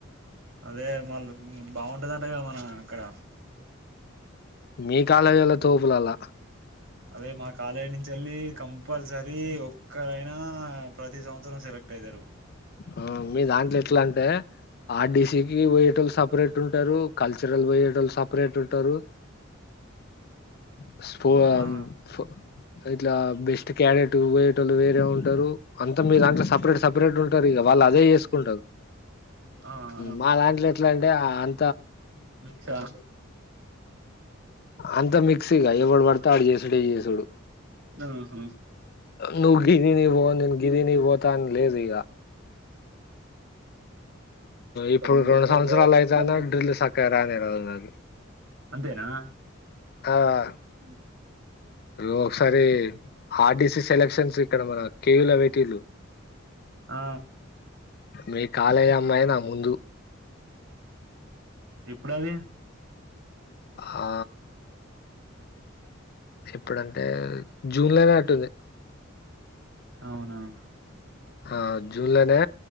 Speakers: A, on the right (about 70°); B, on the left (about 50°).
A: అదే మళ్ళు హ్ బాగుంటదంటగ మన ఆక్కడ
B: మీ కాలేజోళ్ళు తోపులాల్ల
A: అదే మా కాలేజీ నుంచేళ్ళి కంపల్సరీ ఒక్కరైనా ప్రతి సంవత్సరం సెలెక్ట్ అయితారు.
B: ఆ మీ దాంట్లో ఎట్లా అంటే ఆర్ డి సి పోయ్యేటోళ్ళు సపరేట్ ఉంటారు. కల్చరల్ పోయ్యేటోళ్ళు సపరేట్ ఉంటారు. <unintelligible>
A: ఆ
B: ఇట్లా బెస్ట్ క్యాడెట్ పోయ్యేటోళ్ళు వేరే ఉంటారు. అంత మీద దంట్ల సపరేట్ సప రేట్ ఉంటారు ఇగా వాళ్ళ అదే చేసుకుంటారు.
A: ఆ ఆ
B: మా దాంట్ల ఎట్లా అంటే అం
A: మిక్సా
B: అంత మిక్సీగా ఎవడు పడతే ఆడు చేసుడే చేసూడు
A: హ్ హు
B: అ నువ్వు గిరిని పో నేను గిరి నీ పోతా అని లేదు ఇగ ఇప్పుడు
A: ఉ
B: రెండు
A: ఉ
B: సంవత్సరాలు అయితాంది డ్రిల్ సక్కగా రానే రాదు నాకు
A: అంతేనా
B: ఆ
A: అ
B: బ్రో ఒకసారి ఆర్ డి సి సెలక్షన్స్ ఇక్కడ మన కే యు లో పెట్టిల్లు
A: ఆ
B: మీ కాలేజ్ అమ్మాయి నా ముందు
A: ఎప్పుడది
B: ఆ ఎప్పుడంటే జూన్ లనే ఐనట్టుంది.
A: అవునా
B: ఆ జూన్లోనే